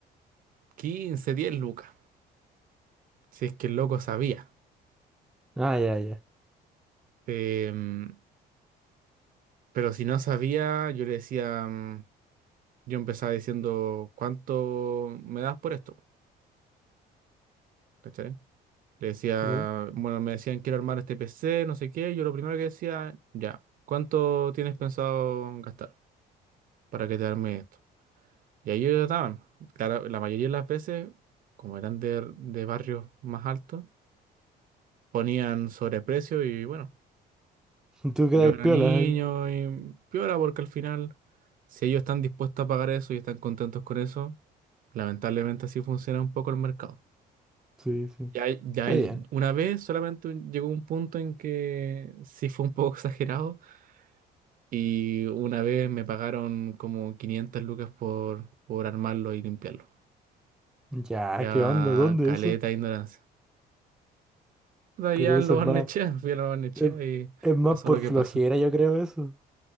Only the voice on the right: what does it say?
15 10 lucas. Si es que el loco sabía.
Em, pero si no sabía, yo le decía, mm, yo empezaba diciendo, ¿cuánto me das por esto? ¿Cachai? Le decía,
bueno, me decían, quiero armar este PC, no sé qué. Yo lo primero que decía, ya, ¿cuánto tienes pensado gastar para que te arme esto? Y ahí ellos daban. Claro, la mayoría de las veces, como eran de, de barrios más altos, ponían sobreprecio y bueno,
Yo era
niño
y piola porque al final, si ellos están dispuestos a pagar eso y están contentos con eso, lamentablemente así funciona un poco el mercado.
Ya, hay- ya
hay-
una vez solamente un- llegó un punto en que sí fue un poco <laughs> exagerado y una vez me pagaron como 500 lucas por, por armarlo y limpiarlo.
Ya
caleta
de ignorancia. De ahí
a
lo
barnechea,
<laughs> fui a la barnechea
y
pasó
lo que
pasó.